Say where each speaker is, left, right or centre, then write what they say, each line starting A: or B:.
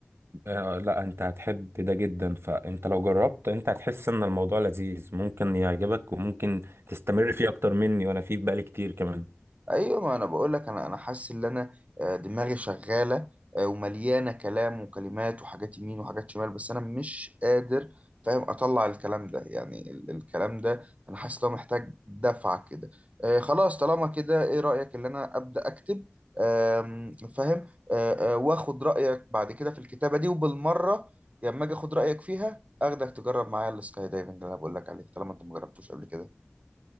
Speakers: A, on the right; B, on the right.
A: آه لا أنت هتحب ده جدا فأنت لو جربت أنت هتحس إن الموضوع لذيذ ممكن يعجبك وممكن تستمر فيه أكتر مني وأنا فيه بقالي كتير كمان
B: ايوه ما انا بقول لك انا انا حاسس ان انا آه، دماغي شغاله آه، ومليانه كلام وكلمات وحاجات يمين وحاجات شمال بس انا مش قادر فاهم اطلع الكلام ده يعني ال- الكلام ده انا حاسس ان هو محتاج دفعه كده آه، خلاص طالما كده ايه رايك ان انا ابدا اكتب آم، فاهم آه، آه، واخد رايك بعد كده في الكتابه دي وبالمره لما اجي اخد رايك فيها اخدك تجرب معايا السكاي دايفنج اللي انا بقول لك عليه طالما انت مجربتوش قبل كده